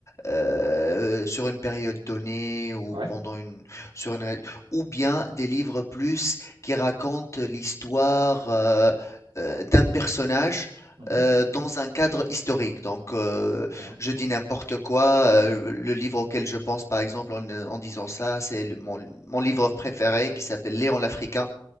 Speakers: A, on the left; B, on the right.
A: euh, sur une période donnée ou
B: Ouais.
A: pendant une... sur une... ou bien des livres plus qui raconte l'histoire euh, euh, d'un personnage
B: Mhm.
A: euh, dans un cadre historique. Donc, euh,
B: D'accord.
A: je dis n'importe quoi. euh, le livre auquel je pense, par exemple, en, en disant ça, c'est le- mon, mon livre préféré qui s'appelle Léon l'Africain.